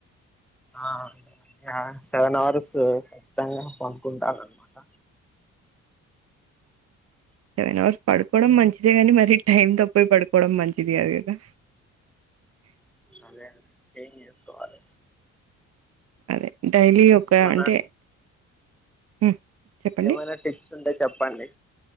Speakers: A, in the centre; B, on the right.
A: ఆ యా సెవెన్ అవర్స్ ఖచ్చితంగా పనుకుంటాను అనమాట <inaudible>
B: సెవెన్ అవర్స్ పడుకోవడం మంచిదే గాని మరి టైమ్ తోపోయి పడుకోవడం మంచిది కాదు కదా
A: అదే అండి చేంజ్ చేసుకోవాల
B: అదే డైలీ ఒక
A: ఏమైనా
B: అంటే హ్మ్. చెప్పండి
A: ఏమైనా టిప్స్ ఉంటే చెప్పండి